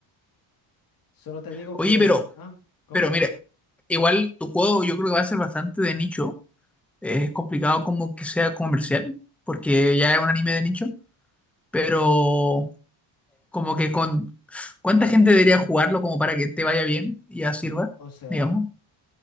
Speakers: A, on the left; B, in the centre.
A: Solo te digo
B: Oye,
A: que,
B: pero
A: ah, ¿cómo?
B: Pero mire, igual tu juego yo creo que va a ser bastante de nicho. Es complicado como que sea comercial, porque ya es un anime de nicho, pero
A: Eh,
B: como que con... ¿Cuánta gente debería jugarlo como para que te vaya bien y ya sirva,
A: o sea,
B: digamos?